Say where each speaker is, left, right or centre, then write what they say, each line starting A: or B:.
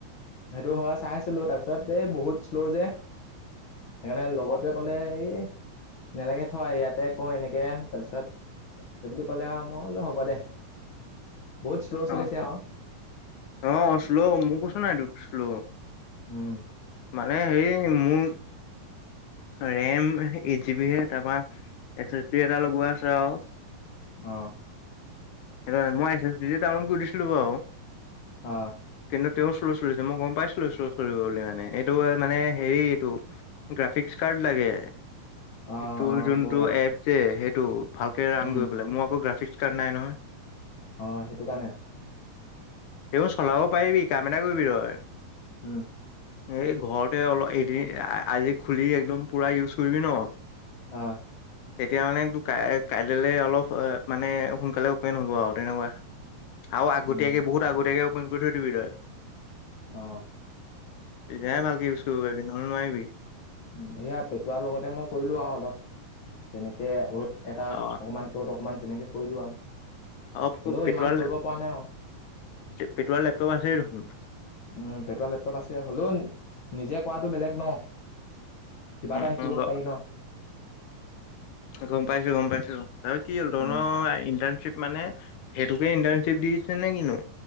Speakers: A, on the left (about 50°); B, on the left (about 75°).
A: সেইটো হয় চাইছিলো, তাৰপিছত এই বহুত শ্ল' যে সেইকাৰণে লগৰটোৱে
B: অ
A: ক'লে এই, নালাগে থ' ইয়াতে কৰ এনেকে তাৰপিছত সেইবুলি কলে আৰু, মই বুলো হ'ব দে। বহুত শ্ল' চলিছে
B: আহ,
A: আকৌ
B: অ', শ্ল' মই কৈছো নাই তোক শ্ল'।
A: উম
B: মানে হেৰি মোৰ ৰেম এইট জিব হে, তাৰপা এছ এছ বি এটা লগোৱা আছে আৰু।
A: অঁ।
B: <unintelligible> মই এছ এছ বিটো ডাউনলোড কৰি থৈছিলোঁ বাৰু।
A: আহ।
B: কিন্তু তেওঁ শ্লো চুলিছে মই গম পাইছিলো শ্লো চলিব বুলি মানে, এইটো মানে হেৰি এইটো গ্ৰাফিকচ <unintelligible> লাগে,
A: অঁ
B: তোৰ
A: অঁ
B: যোনটো
A: হ'ব পাৰে
B: এপ যে, সেই <unintelligible> ভালকে ৰাণ
A: উম
B: কৰিবলে, মোৰ আকৌ গ্ৰাফিক্স কাৰ্ড নাই নহয়।
A: অ', সেইটো কাৰণে।
B: এইবোৰ চলাব পাৰিবি কাম এটা কৰিবি তই
A: হম।
B: এই ঘৰতে অলপ এদিন আ-আজি খুলি একদম পুৰা ইউজ কৰিবি ন
A: আহ।
B: তেতিয়া মানে ক কাইললে অলপ মানে সোনকালে অপেন হ'ব আৰু তেনেকুৱা, আৰু আগতীয়াকে,
A: উম
B: বহুত আগতীয়াকে অপেন কৰি থৈ দিবি তই।
A: অ'।
B: তেতিয়াহে ভালকে ইউজ কৰিব পাৰিবি, নহলে নোৱাৰিবি।
A: উ, এয়া পেটোৱাৰ লগতে মই কৰিলো আৰু অলপ। তেনেকে অ'ত এটা,
B: অ
A: অকমান ত'ত অকমান তেনেকে কৰিলো আৰু।
B: অ
A: হ'লও
B: পেটুৱাৰ
A: ইমান কৰিব পৰা নাই আৰু।
B: পেটুৱাৰ লেপটপ আছেই দেখোন
A: উম পেট লেপটপ আছে হ'লো, নিজে কৰাটো বেলেগ ন'। কিবা
B: উম
A: এটা শিকিব
B: উম গ
A: পাৰি ন'।
B: গম পাইছো গম পাইছো ত কি হ'ল ধন
A: উম।
B: ইণ্টাৰ্ণশ্বিপ মানে, সেইটোকে ইণ্টাৰ্ণশ্বিপ দিছে নে কিনো।